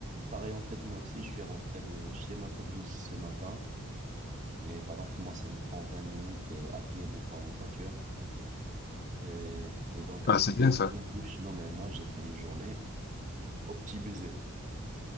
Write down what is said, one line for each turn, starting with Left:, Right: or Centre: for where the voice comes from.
Right: Pareil, en fait, moi aussi, je suis rentré de chez ma copine ce matin. Mais par contre, moi, ça me prend 20 minutes euh, à pied, même pas en voiture. Et, et donc
Left: Ah,
Right: après,
Left: c'est bien ça.
Right: ma douche, non mais moi, j'ai fait une journée optimisée.